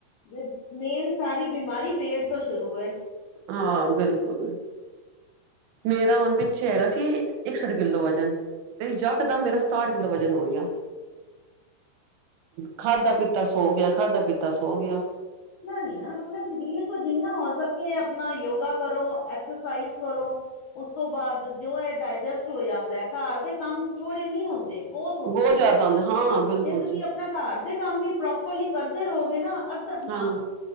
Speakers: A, on the left; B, on the right.
A: ਮੇ ਮੇਨ ਸਾਰੀ ਬਿਮਾਰੀ ਪੇਟ ਤੋਂ ਸ਼ੁਰੂ ਏ
B: ਹਾਂ, ਬਿਲਕੁਲ-ਬਿਲਕੁਲ ਮੇਰਾ ਹੁਣ ਪਿੱਛੇ ਹੈਗਾ ਸੀ ਇੱਕਸ ਸਠ ਕਿੱਲੋ ਵਜਨ ਤੇ ਯਕਦਮ ਮੇਰਾ ਸਤਾਠ ਕਿੱਲੋ ਵਜਨ ਹੋ ਗਿਆਂ ਖਾਧਾ ਪੀਤਾ ਸੋ ਗਿਆ ਖਾਧਾ ਪੀਤਾ ਸੋ ਗਿਆ
A: ਐਨਾ ਨੀ, ਆਪਣੇ ਸਰੀਰ ਤੋਂ ਜਿੰਨਾ ਹੋ ਸਕੇ ਆਪਣਾ ਯੋਗਾ ਕਰੋ, ਐਕਸਰਸਾਈਜ਼ ਕਰੋ। ਉਸ ਤੋਂ ਬਾਅਦ ਜੋ ਇਹ ਡਾਇਜਸਟ ਹੋ ਜਾਂਦਾ ਹੈ, ਘਰ ਦੇ ਕੰਮ ਥੋੜੇ ਨਹੀਂ ਹੁੰਦੇ। ਹੁੰਦੇ
B: ਬਹੁਤ ਜ਼ਿਆਦਾ
A: ਹੈ
B: ਨਾ, ਹਾਂ। ਬਿਲਕੁਲ
A: ਜੇ ਤੁਸੀਂ
B: ਜੀ
A: ਆਪਣੇ ਘਰ ਦੇ ਕੰਮ ਹੀ ਪ੍ਰੋਪਰਲੀ ਕਰਦੇ ਰਹੋਗੇ ਨਾ, ਅੱਧ
B: ਹਾਂਜੀ
A: ਹਾਂ